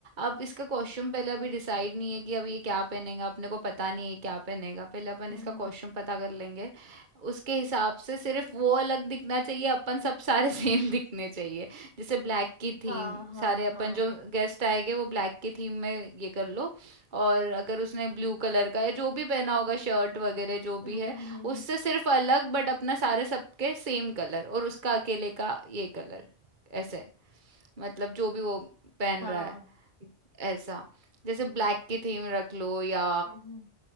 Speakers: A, on the right; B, on the right.
A: अब इसका कॉस्ट्यूम पहले अभी डिसाइड नहीं है कि अब ये क्या पहनेगा अपने को पता नहीं है क्या पहनेगा पहले अपन
B: हम्म
A: इसका
B: हम्म
A: कॉस्ट्यूम पता कर लेंगे उसके हिसाब से सिर्फ वो अलग दिखना चाहिए अपन सब सारे <laughs> सेम दिखने चाहिए जैसे ब्लैक की
B: हाँ
A: थीम
B: हाँ
A: सारे अपन
B: हाँ
A: जो गेस्ट आएंगे वो ब्लैक की थीम में ये कर लो और अगर उसने ब्लू कलर का या जो भी पहना होगा शर्ट वगैरह जो
B: हम्म
A: भी है
B: हम्म हम्म हम्म
A: उससे सिर्फ अलग बट अपना सारे सबके सेम कलर और उसका अकेले का ये कलर ऐसे मतलब जो भी वो पहन
B: हाँ
A: रहा है ऐसा जैसे ब्लैक की थीम रख लो या
B: हम्म हम्म